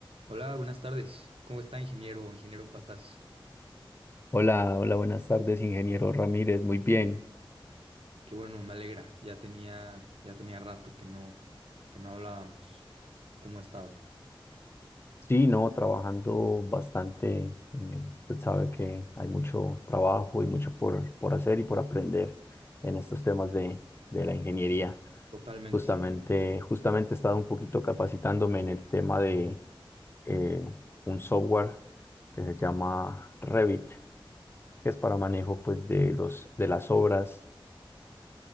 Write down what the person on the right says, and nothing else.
Hola, buenas tardes. ¿Cómo está, ingeniero, ingeniero Pastas?
Qué bueno, me alegra. Ya tenía, ya tenía rato que no, que no hablábamos. ¿Cómo ha estado?
Totalmente.